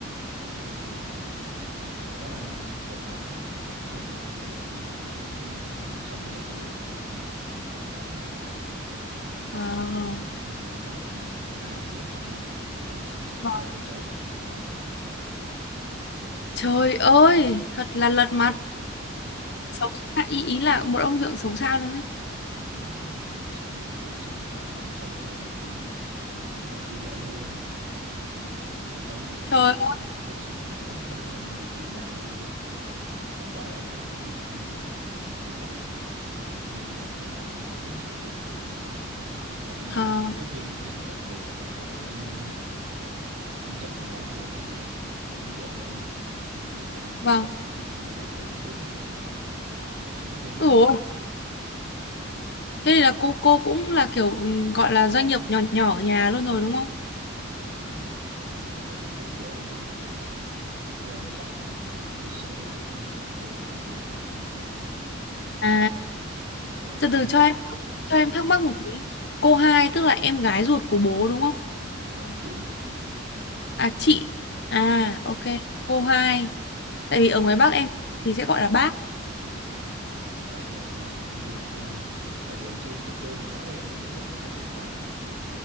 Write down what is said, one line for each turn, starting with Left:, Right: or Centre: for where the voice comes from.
Right: nói chung chịu thôi mà hồi đó anh được ổng đặt cho anh một biệt danh là quỷ nhỏ chứ anh học ổng không bao giờ kêu anh bằng tên nha hay là con cháu gì đâu
Left: À,
Right: nhưng mà tới lúc mà ba anh ghé thăm á thì sẽ xưng
Left: vâng.
Right: con cháu ngọt ngọt lắm ngọt
Left: Trời ơi, thật là
Right: ừ,
Left: lật mặt.
Right: đúng rồi
Left: Xấu xa, ý, ý là một ông dượng xấu xa luôn đấy.
Right: ổng á thì sẽ kiểu sao ta ổng không có làm việc gì hết ổng là kiểu vợ nuôi luôn á tối ngày chỉ
Left: Trời ơi,
Right: vé số nè ổng không có công ăn việc chuyện làm gì luôn còn vợ ổng á thì cô hai làm cực kỳ giỏi may là thợ may kiểu nổi tiếng khắp vùng mà hầu như
Left: à,
Right: giáo viên trên toàn vùng là toàn là may đồ hết em tính mà mỗi mùa khai giảng mùa khai giảng thôi nha thì mình cô
Left: vâng.
Right: may đâu đó khoảng bốn năm trăm bộ á sẽ có thêm lính
Left: Ủa,
Right: tụi này kia nữa
Left: thế thì là cô cô cũng là kiểu ừ, gọi là doanh nghiệp nhỏ nhỏ ở nhà luôn rồi đúng không?
Right: cũng cũng nói chung cũng dễ nhưng mà do ông chồng nè chơi số chơi nấy nồi kia mà không chịu làm không chịu gì hết
Left: À,
Right: rồi
Left: từ
Right: thêm
Left: từ cho em
Right: hả
Left: cho em thắc mắc một tí. Cô hai tức là em gái ruột của bố đúng không?
Right: à, chị
Left: À chị. À
Right: đúng rồi
Left: ok, cô hai. Tại
Right: à,
Left: vì ở ngoài Bắc em thì sẽ gọi là bác.
Right: à, tại thường anh sẽ- anh kêu bằng cô tại vì anh kêu từ cô từ nhỏ quen rồi nếu đúng thì phải kêu bằng bác á